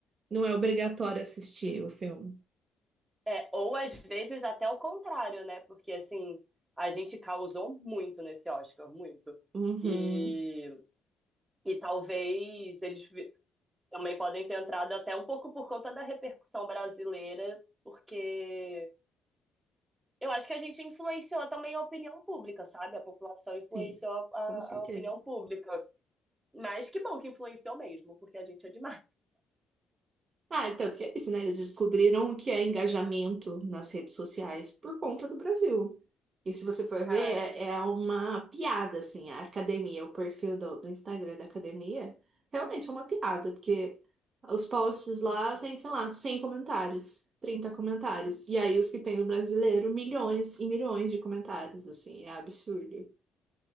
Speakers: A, on the right; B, on the right.
A: Não é obrigatório assistir o filme?
B: É, ou às vezes até o contrário, né? Porque assim, a gente causou muito nesse Oscar, muito.
A: Uhum.
B: E, e talvez eles vi- também podem ter entrado até um pouco por conta da repercussão brasileira, porque Eu acho que a gente influenciou também a opinião pública, sabe? A população influenciou
A: Sim,
B: a,
A: com
B: a-
A: certeza.
B: a opinião pública. Mas que bom que influenciou mesmo, porque a gente é demais.
A: Ah, é tanto que é isso, né? Eles descobriram o que é engajamento nas redes sociais por conta do Brasil. E se você for
B: Cara,
A: ver, é, é uma piada, assim, a academia, o perfil do, do Instagram da academia, realmente é uma piada, porque os posts lá tem, sei lá, 100 comentários, 30 comentários. E aí os que tem o brasileiro, milhões e milhões de comentários, assim, é absurdo.